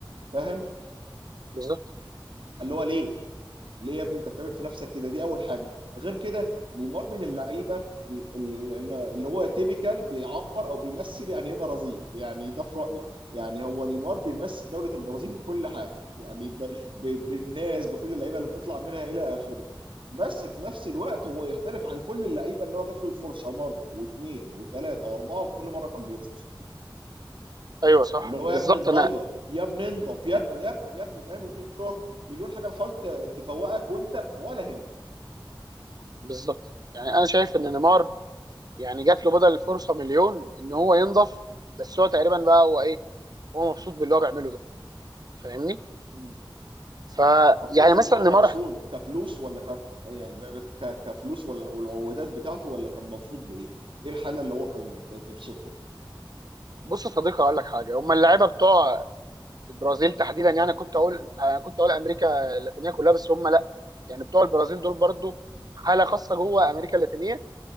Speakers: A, on the right; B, on the right.
A: فاهم
B: بالظبط
A: اللي هو ليه؟ ليه يا ابني انت بتعمل في نفسك كده؟ دي اول حاجه، غير كده نيمار من اللعيبه ال- ال- اللي هو تيبيكال بيعبر او بيمثل يعني ايه برازيل؟ يعني ده في رايي، يعني هو نيمار بيمثل دوله البرازيل بكل حاجه، يعني ب... ب... بالناس بكل اللعيبه اللي بتطلع منها الى اخره. بس في نفس الوقت هو يختلف عن كل اللعيبه ان هو جات له الفرصه مره واثنين وثلاثه واربعه وفي كل مره كان بيرفضها.
B: ايوه صح
A: اللي هو
B: بالظبط
A: يا ابني اتغير
B: انا
A: يا ابني انضف يا ابني يا ابني يا ابني فاهم اللي هو مليون حاجه بتحاول ت- تفوقك وانت ولا هنا
B: بالظبط يعني انا شايف ان نيمار يعني جات له بدل الفرصه مليون ان هو ينضف بس هو تقريبا بقى هو ايه هو مبسوط باللي هو بيعمله ده فاهمني؟
A: مم.
B: فيعني
A: طب تقصد
B: مثلا
A: ان هو
B: نيمار
A: مبسوط
B: إحنا-
A: كفلوس ولا ك... يعني ب- ب- ك... كفلوس ولا والعقودات بتاعته ولا كان مبسوط بايه؟ ايه الحاله اللي هو كان تبسطه؟
B: بص يا صديقي هقول لك حاجه هم اللعيبه بتوع البرازيل تحديدا يعني كنت اقول انا كنت اقول امريكا اللاتينيه كلها بس هم لا يعني بتوع البرازيل دول برضو حاله خاصه جوه امريكا اللاتينيه